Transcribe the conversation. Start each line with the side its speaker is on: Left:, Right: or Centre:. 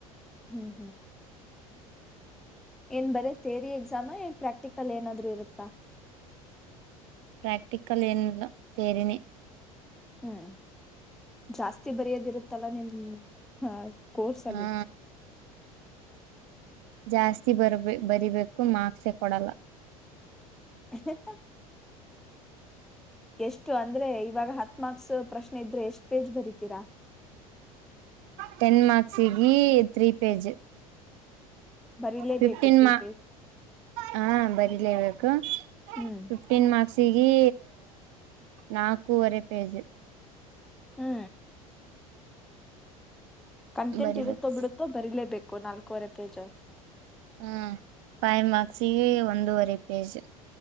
Centre: ಹ್ಮ್ ಹ್ಮ್ ಏನ್ ಬರಿ ಥಿಯರಿ ಎಕ್ಸಾಮಾ ಏನ್ ಪ್ರಾಕ್ಟಿಕಲ್ ಏನಾದ್ರೂ ಇರುತ್ತ.
Right: ಪ್ರ್ಯಾಕ್ಟಿಕಲ್ ಏನಿಲ್ಲಾ ಥಿಯರಿನೇ
Centre: ಹ್ಮ್ ಜಾಸ್ತಿ ಬರೆಯೋದಿರುತ್ ತ್ತಲ್ಲ ನಿಮ ಹಾ ಸಲ್ಲಿ
Right: ಹಾ ಜಾಸ್ತಿ ಬರ್ ಬರಿಬೇಕು ಮಾರ್ಕ್ಸೇ ಕೊಡಲ್ಲ.
Centre: ಅಹ್ ಹ್ ಹ ಎಷ್ಟು ಅಂದ್ರೆ ಇವಾಗ ಹತ್ ಮಾರ್ಕ್ಸ್ ಪ್ರಶ್ನೆ ಇದ್ರೆ ಎಷ್ಟ್ ಪೇಜ್ ಬರಿತೀರ?
Right: ಟೆನ್ ಮಾರ್ಕ್ಸ್ ಈಗಿ ತ್ರೀ ಪೇಜ್.
Centre: ಬರಿಲೇಬೇಕು
Right: ಫಿಫ್ಟಿನ್
Centre: ತ್ರೀ
Right: ಮಾ
Centre: ಪೇಜ್
Right: ಹ್ಮ್ ಬರೀ ಲೇಬೇಕು
Centre: ಹ್ಮ್
Right: ಫಿಫ್ಟೀನ್ ಮಾರ್ಕ್ಸ್ ಸಿಗೇ ನಾಕೂವರೆ ಪೇಜ್.
Centre: ಹ್ಮ್ ಕಂಟೆಂಟ್
Right: ಬರಿಬೇಕು
Centre: ಇರುತ್ತೋ ಬಿಡುತ್ತೋ ಬರಲೇಬೇಕು ನಾಲ್ ಕೊರತೇಜು
Right: ಹ ಫೈವ್ ಮಾರ್ಕ್ಸಿಗೆ ಒಂದೂವರೆ ಪೇಜು